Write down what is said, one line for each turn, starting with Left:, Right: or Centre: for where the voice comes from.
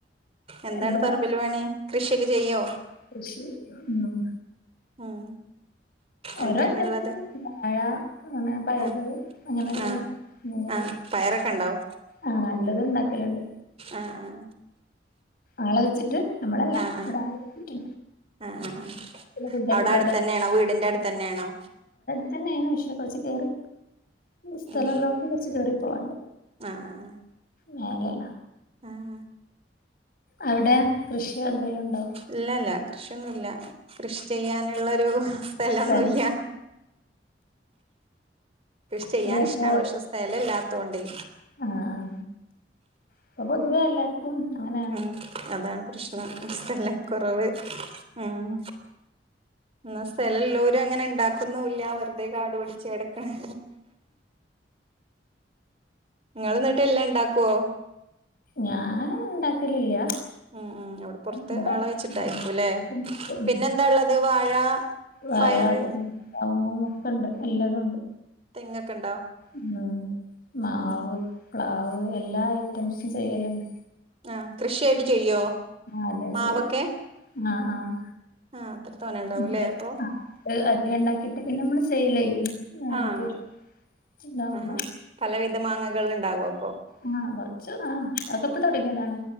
Right: എന്താണ്
Left: എല്ലാ
Right: പറമ്പില് പണി കൃഷിയൊക്കെ ചെയ്യോ
Left: കൃഷി ഒന്നും
Right: ഉം
Left: ഓരോ
Right: എന്താണുള്ളത്
Left: അത്യാവശത്തിന് ഉള്ളത് വാഴ അങ്ങനെ പയറ്
Right: ആഹ്
Left: അങ്ങനെല്ലതും
Right: ആഹ്
Left: അങ്ങനെ
Right: ആഹ് പയറൊക്കെ ഉണ്ടാവോ
Left: ആഹ് എല്ലതും ഉണ്ടാക്കലുണ്ട്
Right: ആഹ് ആഹ്
Left: ആളെ വെച്ചിട്ട് നമ്മളല്ല
Right: ആഹ് ആഹ്
Left: അവിടെ ആളെ വെച്ചിട്ട്
Right: ആഹ് ആഹ്
Left: ഫുഡ് എടുക്ക
Right: അവിടെ അടുത്ത തന്നെയാണോ വീടിന്റെ അടുത്ത് തന്നെയാണോ
Left: പിന്നെ തിനെ വിഷയെ കുറിച്ച് കേറി സ്ഥലല്ലൊണ്ട്
Right: ഉം
Left: കുറച്ച് കയറി പോവാണ്ട്
Right: ആഹ് ആഹ്
Left: മേലാണ്
Right: ആഹ്
Left: അവിടെ കൃഷിയ എന്തെലും ഉണ്ടോ
Right: ഇല്ലല്ല കൃഷിയൊന്നുല്ല കൃഷി ചെയ്യാനുള്ളരു സ്ഥലൊന്നുല്ല
Left: സ്ഥലം
Right: കൃഷി ചെയ്യാൻ
Left: ഇത് കൊറച്ച്
Right: ഇഷ്ടാണ്
Left: ഹോ
Right: പക്ഷെ സ്ഥലല്ലാത്തൊണ്ടെ
Left: ആഹ് ആഹ് അപ്പൊ പൊതുവേ എല്ലാർ ക്കുംഅങ്ങനെ
Right: ഉം അതാണ് പ്രശ്നം സ്ഥല കൊറവ് ഉം എന്ന സ്ഥലം ഉള്ളൊരു അങ്ങനെ ഉണ്ടാക്കുന്നുല്ല വെറുതെ കാട് പിടിച്ചു കെടക്കാണ് ങ്ങള് എന്നിട്ട് എല്ലാം ഇണ്ടാക്കുവോ
Left: ഞാൻ ഇണ്ടാക്കലില്ല
Right: ഉം ഉ അവിടെ പൊറത്ത്
Left: ഇവിടെ
Right: ആളെ വെച്ചിട്ടായിരിക്കും
Left: നനച്ചും
Right: അല്ലേ
Left: ഉം
Right: പിന്നെന്താ ഉള്ളത് വാഴ
Left: വാഴ
Right: പയറ്
Left: കവുങ്ങും ഒക്കെ ഇണ്ട് എല്ലാതുണ്ട്
Right: തെങ്ങൊക്കെ ഇണ്ടോ
Left: ഉം മാവ്
Right: ഉം
Left: പ്ലാവ് എല്ലാ ഐറ്റംസും ചെയ്യലുണ്ട്
Right: ആഹ് കൃഷിയായിട്ട് ചെയ്യോ
Left: അതെ
Right: മാവൊക്കെ
Left: ചെയ്യും ആഹ് ആഹ്
Right: ആഹ് അത്ര തോനെ ഉണ്ടാവൂല്ലേ
Left: അതെ
Right: അപ്പൊ
Left: ആഹ് അധികം ഉണ്ടാക്കിട്ട് പിന്നെ നമ്മള് സെയിൽ ചെയ്യും ആ
Right: ആഹ്
Left: തെ ഇണ്ടാവുമ്പോ
Right: ആഹാ പലവിധ മാങ്ങകൾ ഇണ്ടാവും അപ്പൊ
Left: ആഹ് കൊറച്ചു ആ അഹ് ഒക്കെ ഇപ്പ തുടങ്ങിയതാണ്